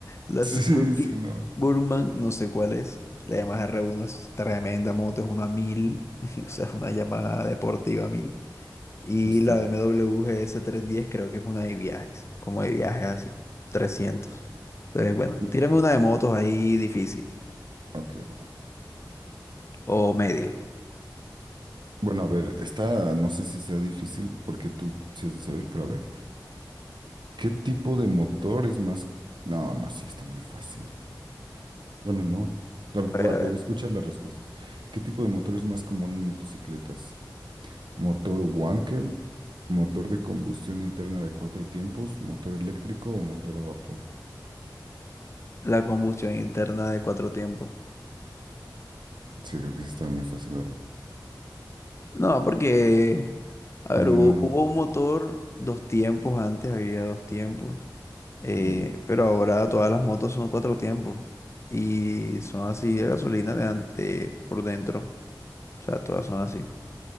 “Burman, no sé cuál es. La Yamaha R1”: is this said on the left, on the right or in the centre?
Left